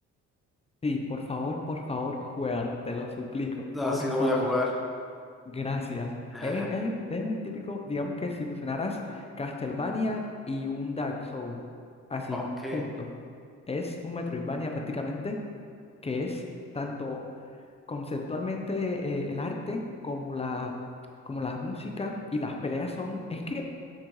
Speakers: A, on the left (about 20°); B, in the centre.
A: Sí, por favor, por favor, juégalo, te lo suplico,
B: así
A: por
B: lo
A: favor,
B: voy a jugar.
A: gracias.
B: <laughs>
A: Es, es- es un típico, digamos que si fusionaras Castlevania y un Dark Soul, así,
B: Ok.
A: junto. Es un Metroidvania prácticamente que es tanto conceptualmente eh, el arte como la, como la música y las peleas son, es que